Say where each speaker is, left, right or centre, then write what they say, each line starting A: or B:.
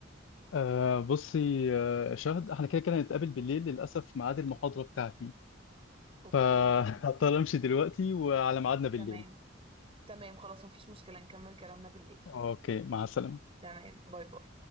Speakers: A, on the left; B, on the right.
A: آه بصي آه شهد احنا كده كده هنتقابل بالليل للاسف ميعاد المحاضره بتاعتي
B: اوكي
A: فهضطر امشي دلوقتي وعلى ميعادنا بالليل
B: تمام تمام خلاص مفيش مشكله نكمل كلامنا بالليل
A: اوكي مع السلامة
B: تمام باي باي